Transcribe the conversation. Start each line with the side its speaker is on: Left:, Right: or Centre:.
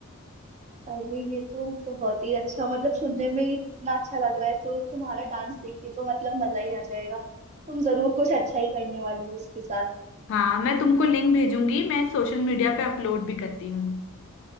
Right: अरे ये तो बहुत ही अच्छा मतलब सुनने में ही इतना अच्छा लग रहा है तो तुम्हारा डांस देख के तो मतलब मजा ही आ जाएगा तुम जरूर कुछ अच्छा ही करने वाली हो इसके साथ
Left: हाँ मैं तुमको लिंक भेजूंगी मैं सोशल मीडिया पे अपलोड भी करती हूँ